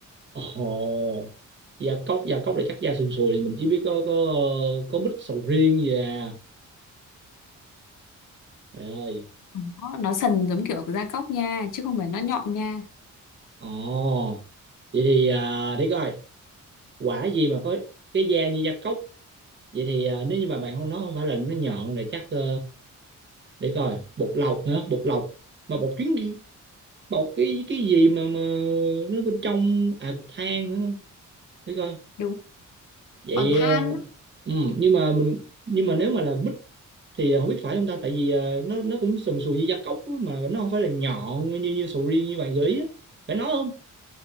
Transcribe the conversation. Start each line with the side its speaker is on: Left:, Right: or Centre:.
Right: ồ gia cốc gia cốc là chắc da sườn sùi thì mình chỉ biết có có ờ, có mít sầu riêng gì à trời ơi
Left: nó, nó sần giống kiểu gia cốc nha chứ không phải nó nhọn nha
Right: ồ vậy thì à, để coi quả gì mà có cái da như gia cốc vậy thì à, nếu như mà bạn không nói không phải là nó nhọn rồi chắc ờ, để coi bột lọc nữa bột lọc mà bột chuyến bột cái cái gì mà mà nó bên trong à cục than nữa, nữa. để coi
Left: Đúng.
Right: vậy
Left: Còn than,
Right: ờ,
Left: á,
Right: ừ, nhưng mà mình nhưng mà nếu mà là bích thì không biết phải không ta tại vì ờ, nó nó cũng sần sùi như gia cốc á, mà nó không phải là nhọn như như sầu riêng như bạn gợi ý á phải nói không